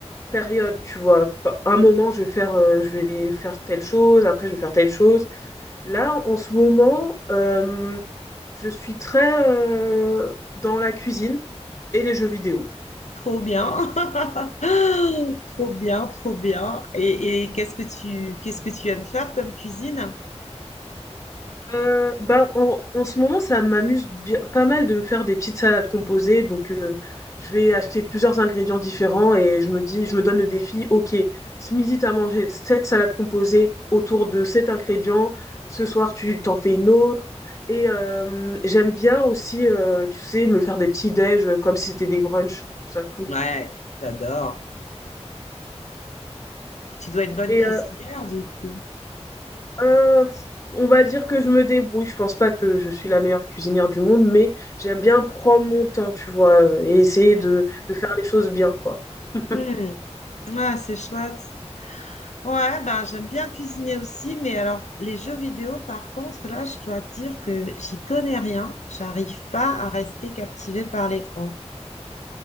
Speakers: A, on the left; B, on the left.
A: période, tu vois. Pa- Un moment, je vais faire, euh, je vais faire telle chose, après, je vais faire telle chose. Là, en ce moment, euh, je suis très euh, dans la cuisine et les jeux vidéo.
B: Trop bien. <laughs> Trop bien, trop bien. Et, et qu'est-ce que tu qu'est-ce que tu aimes faire comme cuisine?
A: Euh, ben, en, en ce moment, ça m'amuse bien- pas mal de me faire des petites salades composées. Donc, euh, je vais acheter plusieurs ingrédients différents et je me dis, je me donne le défi, ok, ce midi, tu as mangé cette salade composée autour de cet ingrédient. Ce soir, tu t'en fais une autre. Et euh, j'aime bien aussi, euh, tu sais, me faire des petits déj euh, comme si c'était des brunchs. Je trouve ça cool.
B: Ouais, j'adore. Tu dois être bonne
A: Et
B: cuisinière
A: euh,
B: du coup.
A: Euh, on va dire que je me débrouille. Je pense pas que je suis la meilleure cuisinière du monde, mais j'aime bien prendre mon temps, tu vois, et essayer
B: Hmm.
A: de, de faire les choses bien, quoi. <laughs>
B: Hmm. Ah, c'est chouette. Ouais, ben j'aime bien cuisiner aussi, mais alors les jeux vidéo, par contre, là, je dois te dire que j'y connais rien. J'arrive pas à rester captivée par l'écran.